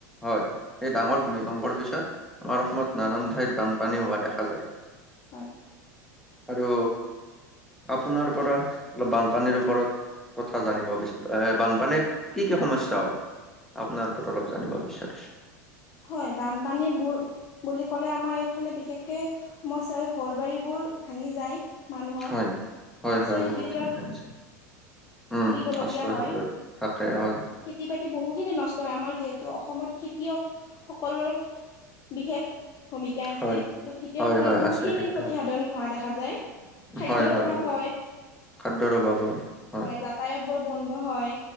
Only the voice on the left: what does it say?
হয়।
হয় বানপানীবোৰ বুলি ক'লে আমাৰ এইফালে বিশেষকে সমস্যা হয়। ঘৰ বাৰী বোৰ ভাঙি যায় মানুহৰ
আশ্ৰয়
শিবিৰত-
থাকিব লগীয়া
হয়,
খেতি বাতি বহুখিনি নষ্ট হয়। আমাৰ যিহেতু অসমত খেতিয়ক সকলৰ বিশেষ- ভূমিকা আছে।
ত খেতিয়কসকললে
বহুখিনি
ক্ষতি সাধন হোৱা দেখা যায়। খাদ্যৰ
অভাৱ
হয়।
হয় যাতায়ত বৰ বন্ধ হয়,